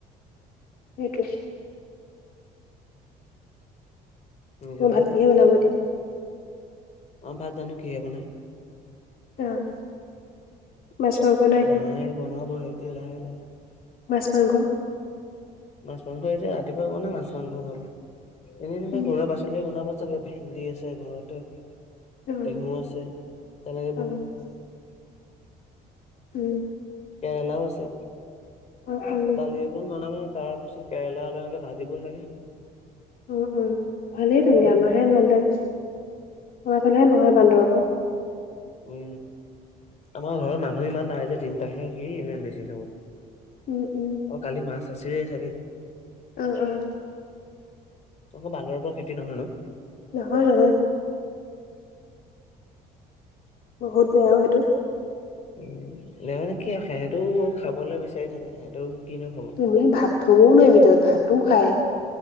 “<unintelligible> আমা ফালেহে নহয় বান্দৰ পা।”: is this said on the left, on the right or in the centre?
Left